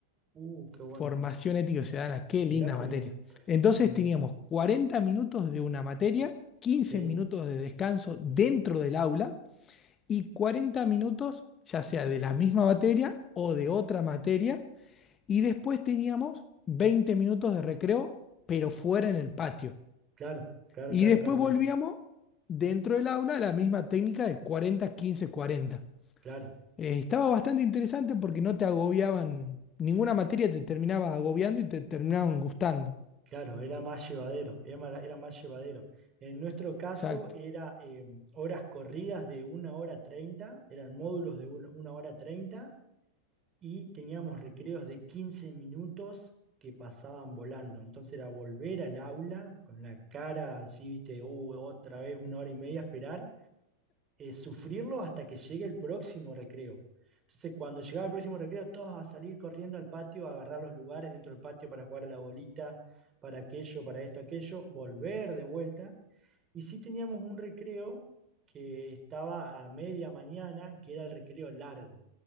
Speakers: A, on the right (about 25°); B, on the left (about 25°).
A: Uh, qué bueno.
B: Formación ética ciudadana, qué linda
A: Mirá qué
B: materia.
A: bien.
B: Entonces
A: Mirá.
B: teníamos 40 minutos de una materia, quince
A: Sí,
B: minutos de descanso dentro del aula y 40 minutos ya sea de la misma materia o de otra materia y después teníamos 20 minutos de recreo pero fuera en el patio.
A: claro, claro,
B: Y
A: claro,
B: después
A: claro, claro.
B: volvíamos dentro del aula a la misma técnica de cuarenta quince cuarenta
A: Claro,
B: eh, estaba bastante interesante porque no te agobiaban, ninguna materia te terminaba agobiando y te terminaban gustando.
A: claro, era más llevadero, era, mara- era más llevadero. En nuestro caso
B: Exacto.
A: era eh, horas corridas de una hora 30. eran módulos de una una hora 30 y teníamos recreos de 15 minutos que pasaban volando. Entonces era volver al aula con la cara así, viste, uh, otra vez una hora y media a esperar eh, sufrirlo hasta que llegue el próximo recreo. Entonces, cuando llegaba el próximo recreo, todos a salir corriendo al patio, a agarrar los lugares dentro del patio para jugar a la bolita, para aquello, para esto, aquello, volver de vuelta. Y sí teníamos un recreo que estaba a media mañana, que era el recreo largo,